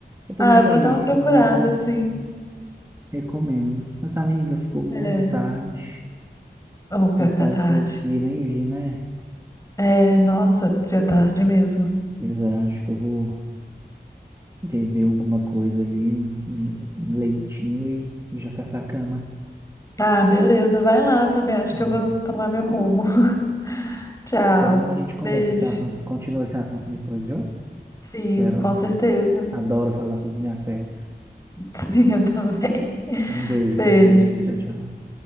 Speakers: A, on the right (about 15°); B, on the left (about 20°).
A: Eu também
B: Ah, eu
A: já
B: vou dar
A: vi
B: uma procurada,
A: bastante.
B: assim.
A: Recomendo. Mas, amiga, ficou muito
B: É.
A: tarde.
B: Ou
A: O
B: pior
A: tempo
B: que
A: passou
B: tá tarde.
A: aqui, nem vi, né?
B: É, nossa, pior tarde mesmo.
A: Pois é, acho que eu vou beber alguma coisa ali, um um um leitinho e, e já caçar a cama.
B: Ah, beleza, vai lá também. Acho
A: Tá
B: que
A: bom?
B: eu vou tomar meu rumo. <laughs> Tchau.
A: Então a gente conversa
B: Beijo.
A: esse assunto, continua esse assunto depois, viu?
B: Sim,
A: Quero,
B: com certeza.
A: adoro falar sobre minhas séries.
B: <laughs> Sim, eu também.
A: Um beijo
B: Beijo.
A: pra você, tchau, tchau.